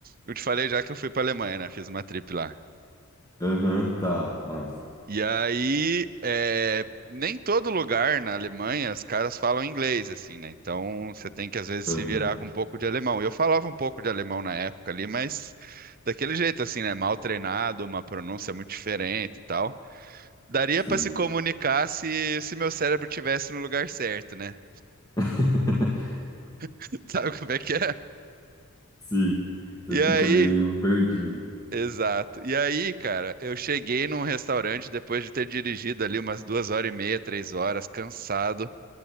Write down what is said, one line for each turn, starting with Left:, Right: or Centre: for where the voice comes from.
Right: Eu te falei já que eu fui pra Alemanha, né? Fiz uma trip lá.
Left: Aham, tá, massa.
Right: E aí, é, nem todo lugar na Alemanha os caras falam inglês, assim, né? Então você tem que às vezes
Left: Aham,
Right: se virar com um pouco de alemão. Eu falava um pouco de alemão na época ali, mas daquele jeito, assim, né? Mal treinado, uma pronúncia muito diferente e tal. Daria
Left: sei.
Right: pra se comunicar se, se meu cérebro tivesse no lugar certo, né?
Left: <laughs>
Right: <laughs> Sabe como é que é?
Left: Sim, você
Right: E aí,
Left: fica meio perdido.
Right: Exato. E aí, cara, eu cheguei num restaurante depois de ter dirigido ali umas duas horas e meia, três horas, cansado.